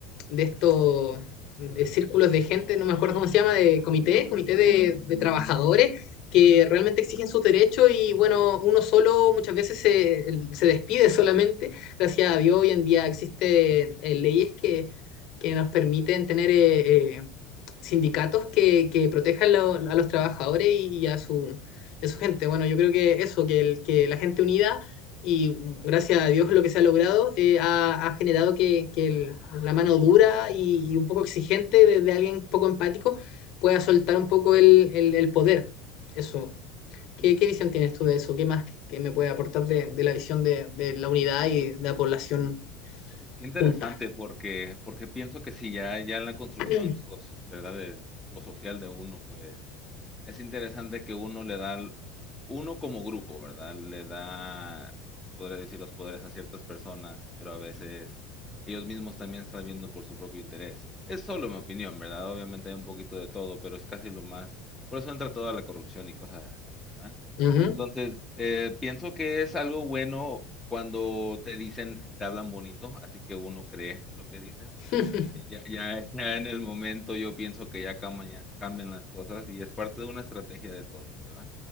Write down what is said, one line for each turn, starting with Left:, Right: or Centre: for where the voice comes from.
Left: de estos de círculos de gente, no me acuerdo cómo se llama, de comité, comité de, de trabajadores que realmente exigen sus derechos y bueno, uno solo muchas veces se, se despide solamente. Gracias a Dios hoy en día existen eh, leyes que, que, nos permiten tener eh, eh, sindicatos que, que protejan lo- a los trabajadores y, y a su, y a su gente. Bueno, yo creo que eso, que, el- que la gente unida y gracias a Dios lo que se ha logrado eh, ha, ha generado que, que el- la mano dura y, y un poco exigente de, de alguien poco empático pueda soltar un poco el, el- el poder. Eso. ¿Qué,
Centre: Sí, sí,
Left: qué visión
Centre: sí.
Left: tienes tú de eso? ¿Qué más que me puede aportar de, de la visión de, de la unidad y de la población
Centre: Pues qué interesante
Left: junta?
Centre: porque porque pienso que si ya ya en la construcción,
Left: <clears throat>
Centre: soci- ¿verdad? de lo social de uno, pues Es interesante que uno le da, al- uno como grupo, ¿verdad? Le da, se podría decir, los poderes a ciertas personas, pero a veces ellos mismos también están viendo por su propio interés. Es solo mi opinión, ¿verdad? Obviamente hay un poquito de todo, pero es casi lo más, por eso entra toda la corrupción y cosas así, ¿verdad?
Left: Ujú.
Centre: Entonces, eh, pienso que es algo bueno cuando te dicen y te hablan bonito, así que uno cree lo que dicen.
Left: <laughs>
Centre: Ya, ya, ya en el momento yo pienso que ya cama- ya cambian las cosas y es parte de una estrategia de todos, ¿verdad?